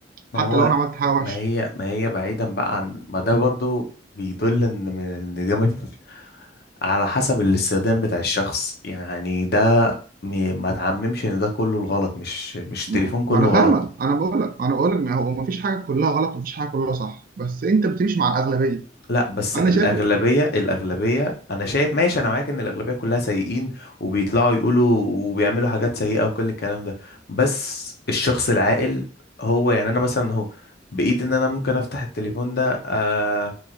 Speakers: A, on the left (about 60°); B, on the right (about 50°).
A: ما
B: حتى
A: هو
B: لو انا عملت حاجه وحشه
A: ما هي ما هي بعيدا بقى عن ما ده برضو بيدل ان ان ده مش <laughs> على حسب الاستخدام بتاع الشخص يعني ده م- ما تعممش ان ده كله الغلط مش مش التليفون
B: ما
A: كله
B: ما انا فاهمك
A: غلط
B: انا بقول لك انا بقول لك ما هو ما فيش حاجه كلها غلط ومفيش حاجه كلها صح بس انت بتمشي مع الاغلبيه
A: لا بس
B: انا
A: الأغلبية
B: شايف
A: الأغلبية أنا شايف ماشي أنا معاك إن الأغلبية كلها سيئين وبيطلعوا يقولوا وبيعملوا حاجات سيئة وكل الكلام ده بس الشخص العاقل هو يعني أنا مثلا هو بإيدي إن أنا ممكن أفتح التليفون ده آه،